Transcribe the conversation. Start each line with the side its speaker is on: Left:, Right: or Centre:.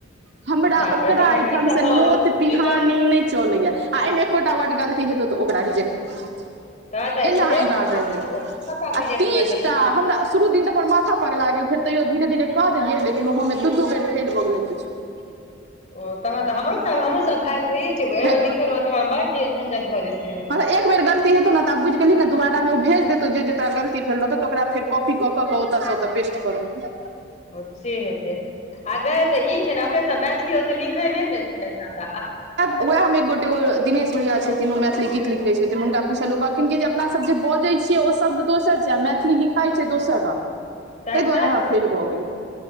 Right: हमरा
Left: बाप
Right: ओकरा
Left: रे तखन
Right: ठाम
Left: ई सब
Right: से
Left: केना
Right: नोत
Left: लोक
Right: पिहानी नहि। चलैय आ एहिमे एकोटा वर्ड गलती हेत तऽ ओरा रिजेक्ट भऽ जेत
Left: तहन तऽ एस-
Right: एना
Left: एगो
Right: एना रहै
Left: सबटा के
Right: आ
Left: रिजेक्ट
Right: तीसटा
Left: कर देलकै
Right: हमरा। शुरू दिनऽ अपन माथा पकला गेल फेर तैयो धीरे धीरे क देलियै लेकिनहो मे दू बेर खेल भऽ गेलै छै
Left: ओ तहन तऽ हमरोसभ हमरोसभ फाइल भैयए जेबै एहिमे
Right: हँ
Left: लिखल मे तह बड़ जे झंझट भऽ जेतैय
Right: तऽ एक बेर गलती हेौ ने तऽ बुझ गेलही ने दबारा मे ओ भेज देतौ जे तोरा गलती भेल रहत तऽ ओकर कॉफी कऽ कऽ ओतास से ओत पेस्ट कऽ देब
Left: ओ से हेतै। आ गा तऽ ई छै ने अपने सभ मैथिली ओते लिखै नहि ने छियै जादा
Right: ओएह एक गोट एगो दिनेश भैया छथिन ओ मैथिली गीत लिखै छथिन हुनका पछैए ओ कहलखिन कि जेब। अपना सभ जे बजैत छियै ओ शब्द दोसर छै आ मैथिली लिखाइ छै दोसर रंग
Left: सह
Right: ताहि दुआरे
Left: तऽ
Right: अहाँ फेल भऽ गेलियै